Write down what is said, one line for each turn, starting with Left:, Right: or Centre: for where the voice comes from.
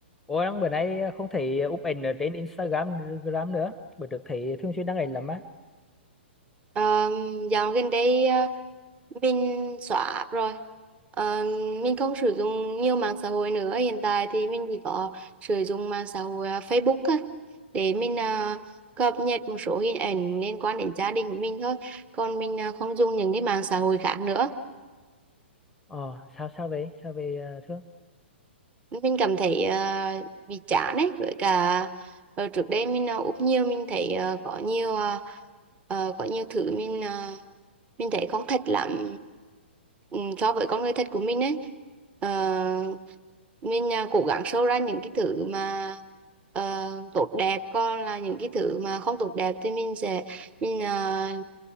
Centre: Ủa đang bữa nay không thấy úp ảnh ở trên Instagram Gram nữa. Bữa trước thấy thường xuyên đăng ảnh lắm á.
Right: Ờ, dạo gần đây ờ, mình xóa app rồi Ờ, mình không sử dụng nhiều mạng xã hội nữa hiện tại thì mình chỉ có sử dụng mạng xã hội ờ, Facebook á, để mình ờ, cập nhật một số hình ảnh liên quan đến gia đình của mình thôi còn mình ờ, không dùng những cái mạng xã hội khác nữa
Centre: Ờ, sao sao vậy? Sao về ờ, Thương?
Right: mình cảm thấy ờ, bị chán ấy với cả ờ, trước đây mình ờ, úp nhiều mình thấy ờ, có nhiều ờ, ờ, có nhiều thứ mình ờ, mình thấy không thật lắm ừ, so với con người thật của mình ấy Ờ, mình à, cố gắng show ra những cái thứ mà ờ, tốt đẹp còn là những cái thứ mà không tốt đẹp thì mình sẽ mình à,